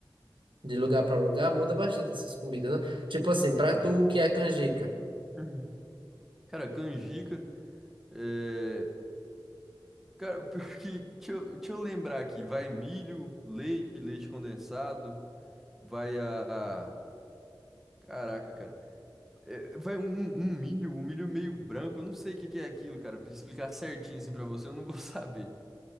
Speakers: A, on the right; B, in the centre.
A: de lugar pra lugar, muda bastante essas comidas, né? Tipo assim, pra
B: É.
A: tu
B: <laughs>
A: o que é canjica?
B: Uhum. Cara, canjica. É, cara, o pior é que. Deixa eu, deixa eu lembrar aqui. Vai milho, leite, leite condensado. Vai a. a- Caraca, cara. É, vai um, um milho, um milho meio branco. Eu não sei o que que é aquilo, cara. Pra explicar certinho assim pra você, eu não vou <laughs> saber.